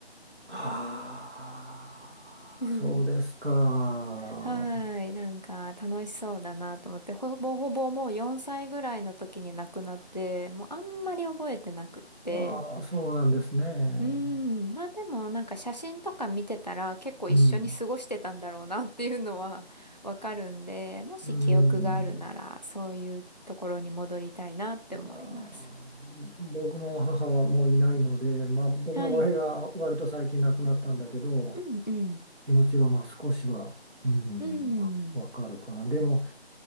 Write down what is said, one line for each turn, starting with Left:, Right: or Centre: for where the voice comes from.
Right: はあ、
Left: <laughs>
Right: そうですか。
Left: はーい。なんか楽しそうだなと思って、ほぼほぼもう4歳ぐらいの時に亡くなって、もうあんまり覚えてなくって。
Right: ああ、そうなんですね。
Left: ううーん。まあでもなんか写真とか見てたら結構一緒に過ごしてたんだろうなっていうのは
Right: うん、
Left: <laughs> わかるんで、もし記憶があるならそういうところに戻りたいなって思います。
Right: うん。いやー僕も母はもういないので、まあ、僕の場合は割と最近亡くなったんだけど、
Left: はい。うんうん。
Right: 気持ちはまあ少しは、うん、
Left: うん。
Right: わ、わかるかな。でも、